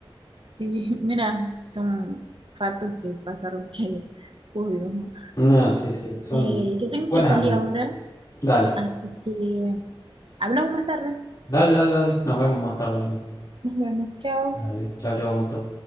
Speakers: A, on the right (about 65°); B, on the left (about 40°).
A: Sí, <laughs> mira, son fatos que pasaron que, por Dios, ¿no?
B: Ah, sí, sí, son
A: Eh, yo tengo
B: buenas
A: que salir
B: anécdotas.
A: ahora,
B: Dale,
A: Así que hablamos más tarde.
B: dale, dale, dale. Nos vemos más tarde.
A: Nos vemos. Chao.
B: Dale, chao, chao, un gusto.